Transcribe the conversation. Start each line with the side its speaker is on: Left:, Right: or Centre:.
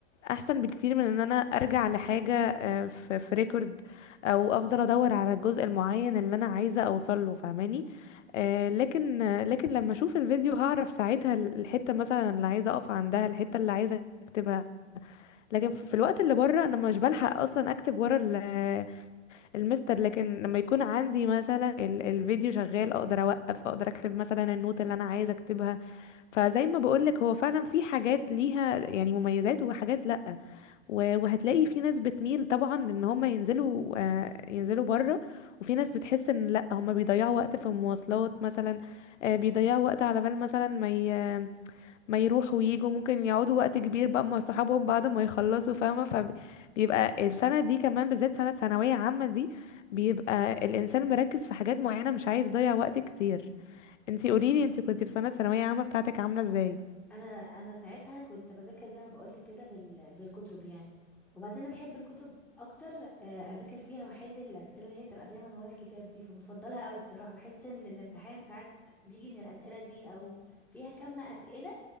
Left: احسن بكتير من ان انا ارجع لحاجه آه، في في ريكورد او افضل ادور على الجزء المعين اللي انا عايزه اوصل له فاهماني آه، لكن آه، لكن لما اشوف الفيديو هعرف ساعتها الحته مثلا اللي عايزه اقف عندها الحته اللي عايزه اكتبها لكن في في الوقت اللي بره انا مش بلحق اصلا اكتب ورا ال- آه، المستر لكن لما يكون عندي مثلا ال- الفيديو شغال اقدر اوقف اقدر اكتب مثلا النوت اللي انا عايزه اكتبها فزي ما بقولك هو فعلا في حاجات ليها يعني مميزات وحاجات لا و- وهتلاقي في ناس بتميل طبعا ان هم ينزلوا آه، ينزلوا بره وفي ناس بتحس ان لا هم بيضيعوا وقت في المواصلات مثلا آه، بيضيعوا وقت على بال مثلا ما ي... ما يروحوا ويجوا ممكن يقعدوا وقت كبير بقى مع صحابهم بعد ما يخلصوا فاهمة فبيبقى السنة دي كمان بالذات سنة ثانوية عامة دي بيبقى الإنسان مركز في حاجات معينة مش عايز يضيع وقت كتير انتي قوليلي انتي كنتي في سنة ثانوية عامة بتاعتك عاملة ازاي
Centre: انا انا ساعتها كنت بذاكر زي ما بقولك كده بال... بالكتب يعني وبعدين أنا بحب الكتب اكتر آه، اذاكر فيها واحل الاسئله اللي هي تبقى دايما ورا الكتاب دي فبفضلها قوي بصراحه بحس ان الامتحان ساعات بيجي من الاسئله دي او فيها كم اسئله